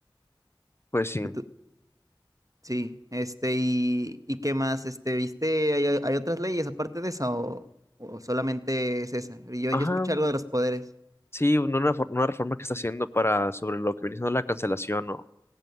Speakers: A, on the left; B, on the right.
A: Pues sí,
B: Y tú, sí, este, y, y qué más, este, ¿viste? ¿Hay, hay otras leyes aparte de esa o, o solamente es esa? Yo,
A: ajá,
B: yo escuché algo de los poderes.
A: sí, una, una for- una reforma que está haciendo para sobre lo que viene siendo la cancelación o,